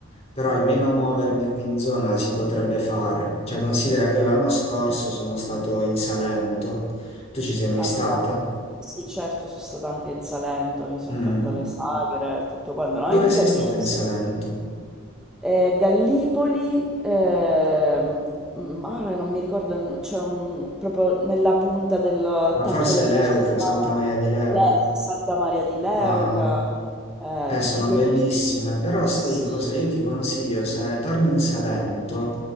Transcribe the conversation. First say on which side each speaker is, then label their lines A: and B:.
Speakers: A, on the left (about 30°); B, in the centre.
A: però almeno muovermi qui in zona si potrebbe fare. Cioè, considera che io l'anno scorso sono stato in Salento, tu ci sei mai
B: ok.
A: stata?
B: Sì, certo, sono stata anche in Salento, mi sono
A: Mm.
B: fatta le sagre, tutto quanto. No,
A: Dove
B: e ripeto,
A: sei stata
B: ci sono
A: in
B: stata.
A: Salento?
B: Eh, Gallipoli, ehm, mm, ah, ora non mi ricordo, il no- c'è un, proprio nella punta del
A: Ma
B: tacco
A: forse
B: dello
A: è Leuca,
B: Stivale,
A: Santa Maria di Leuca.
B: Le- Santa Maria di Leuca,
A: Ah, ah.
B: eh,
A: Eh,
B: tutti
A: sono
B: quei
A: bellissime,
B: posti.
A: però sai
B: Sì,
A: cosa? Io ti consiglio, se torni in Salento,